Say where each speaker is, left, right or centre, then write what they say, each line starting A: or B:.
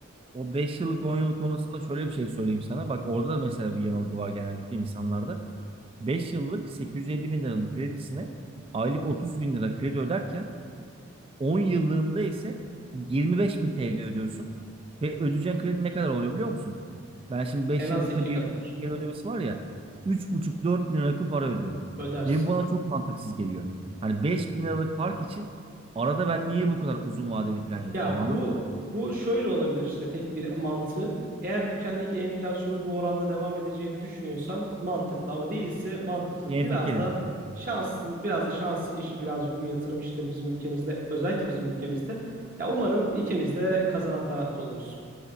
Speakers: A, on the right; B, on the right.
A: o beş yıllık 10 yıllık konusunda şöyle bir şey söyleyeyim sana. Bak orada da mesela bir yanılgı var genellikle insanlarda. 5 yıllık 850 bin liranın kredisine aylık 30 bin lira kredi öderken 10 yıllığında ise 25 bin TL ödüyorsun. Ve ödeyeceğin kredi ne kadar oluyor biliyor musun? Ben şimdi
B: En
A: 5
B: az
A: yıllıkta
B: iki
A: bir
B: kadar
A: geri ödemesi var ya buçuk 4 bin lira yakın para ödüyorum.
B: ödersin.
A: Ve bu bana çok mantıksız geliyor. Hani 5 bin liralık fark için arada ben niye bu kadar uzun vadeli plan yapıyorum
B: Ya
A: anladın
B: bu
A: mı?
B: bu şöyle olabilir işte tek bir mantığı. Eğer ülkendeki enflasyonun bu oranda devam edeceğini düşünüyorsan mantıklı ama değilse mantıksız.
A: Ne
B: Biraz
A: fikrim?
B: da şanslı, biraz da şanslı işi birazcık bu yatırım işleri bizim ülkemizde, özellikle bizim ülkemizde. Ya umarım ikimiz de kazanan tarafta oluruz.